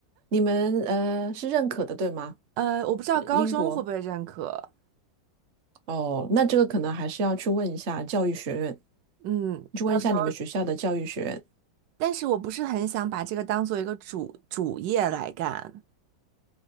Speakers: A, on the right; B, on the right.
A: 你们呃是认可的，对吗？
B: <laughs> 呃，我不知道高中会不会认可。
A: 呃英国哦，那这个可能还是要去问一下教育学院，
B: 嗯，
A: 去问一下你们学校的教育学院。
B: 到时候，但是我不是很想把这个当做一个主主业来干，